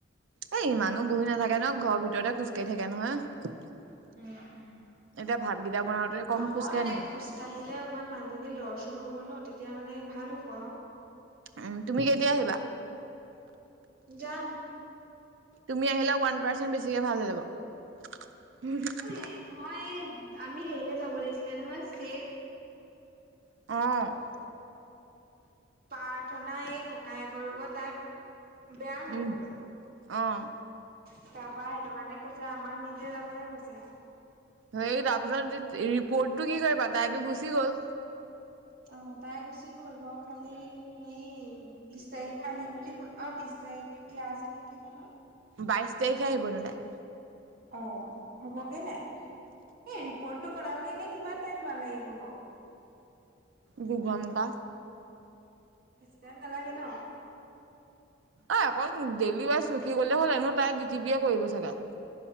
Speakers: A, on the right; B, on the right.
A: এ, ইমানো বহি
B: উম,
A: নাথাকে নহয়, ঘৰৰ ভিতৰতে খোজকাঢ়ি থাকে নহয়। এতিয়া,
B: উম।
A: ভাতকেইটা বনাওঁতে, কম
B: নহয়
A: খোজ
B: মানে
A: কাঢ়ে নেকি।
B: খোজ কাঢ়িলে অকমান, মানুহজনী লৰ-চৰ হ'ব ন'! তেতিয়া মানে, ভাল হ'ব আৰু।
A: উম তুমি কেতিয়া আহিবা
B: যাম
A: তুমি আহিলে ওৱান পাৰ্চেন্ট বেছিকে ভাল হৈ
B: অ
A: যাব
B: হেৰি নহয় এ আমি হেৰিলে যাব লাগিছিলে নহয় চেক
A: অ
B: প্ৰাৰ্থনা এই ককায়েকৰ লগত তাই বেয়া হ'ল
A: উম,
B: হেনো
A: অ'।
B: তাৰপৰা সেইটো কাৰণে কৈছে আমাক নিজে যাবলৈ কৈছে
A: সেই তাৰপিছত ৰিপৰ্টটো কি কৰিবা তাইতো গুচি গ'ল
B: অ তাই গুচি গল বাও খালি সেই বিশ তাৰিখে আহিম বুলি কৈ অ বিশ তাৰিখে বিয়া আছে নে কি জানো
A: বাইশ তাৰিখে আহিব হেনো তাই
B: অ হ'বগে নাই, এই ৰিপৰ্টটো বনাবলৈ এনেই কিমান টাইম মান লাগিব বাও
A: দুঘণ্টা
B: বেছি টাইম নালাগে ন
A: এ অকল ডেইলি ৱাইজ লিখি গ'লে হ'ল এনেও তাই ডি টি পি এ কৰিব চাগে?